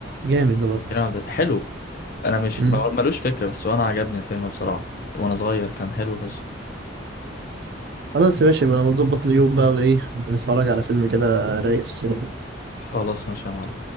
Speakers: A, on the right; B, on the left.
A: جامد ده برضه
B: عبد الع- حلو انا مش
A: مم.
B: ما- ملوش فكرة بس وانا عجبني الفيلم بصراحة وانا صغير كان حلو فشخ
A: خلاص يا باشا يبقى انا متظبط يوم بقى وايه نتفرج على فيلم كده رايق في السينما
B: خلاص ماشي يا معلم